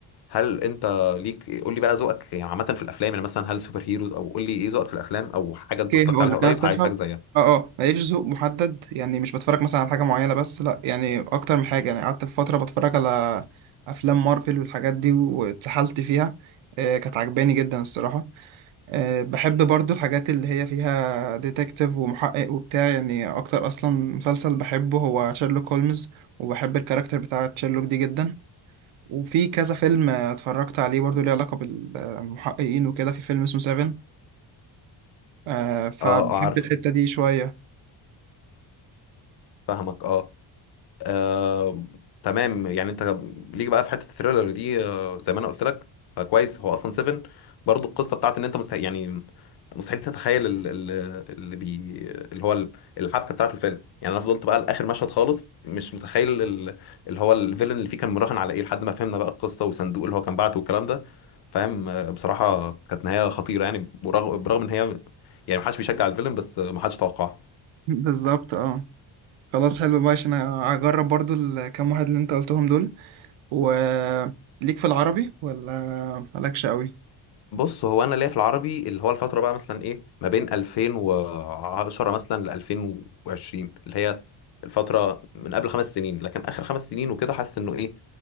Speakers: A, on the left (about 55°); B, on the right (about 80°).
A: هل انت ليك قول لي بقى ذوقك يعني عامة في الافلام يعني مثلا هل سوبر هيروز او قول لي ايه ذوقك في الافلام او حاجة
B: اوكي
A: انت اتفرجت
B: هقول
A: عليها
B: لك
A: قريب
B: انا الصراحه
A: عايز حاجة زيها
B: اه اه ماليش ذوق محدد يعني مش بتفرج مثلا على حاجه معينه بس لا يعني اكتر من حاجه يعني قعدت في فتره بتفرج على افلام مارفل والحاجات دي واتسحلت فيها آه كانت عجباني جدا الصراحه آه بحب برضو الحاجات اللي هي فيها ديتكتيف ومحقق وبتاع يعني اكتر اصلا مسلسل بحبه هو شيرلوك هولمز وبحب الكاركتر بتاع شيرلوك دي جدا وفي كذا فيلم آه، اتفرجت عليه برضو ليه علاقه بالمحققين وكده في فيلم اسمه سيفن آه فبحب
A: اه اه عارف
B: الحتة دي شوية
A: فاهمك اه آه، تمام يعني انت ليك بقى في حته الثريلر دي آه، زي ما انا قلت لك فكويس هو اصلا 7 برضو القصه بتاعت ان انت مستحيل يعني مستحيل تتخيل ال- ال- اللي بي اللي هو ال- الحبكه بتاعت الفيلم يعني انا فضلت بقى لاخر مشهد خالص مش متخيل ال- اللي هو الفيلن اللي فيه كان مراهن على ايه لحد ما فهمنا بقى القصه والصندوق اللي هو كان بعته والكلام ده فاهم آه، بصراحه كانت نهايه خطيره يعني برغم برغم ان هي يعني ما حدش بيشجع الفيلم بس آه، ما حدش توقعها
B: بالظبط اه خلاص حلو بقى عشان هجرب برضو الكام واحد اللي انت قلتهم دول وليك في العربي ولا مالكش قوي
A: بص هو انا ليا في العربي اللي هو الفتره بقى مثلا ايه ما بين 2010 مثلا ل 2020 اللي هي الفتره من قبل خمس سنين لكن اخر خمس سنين وكده حاسس انه ايه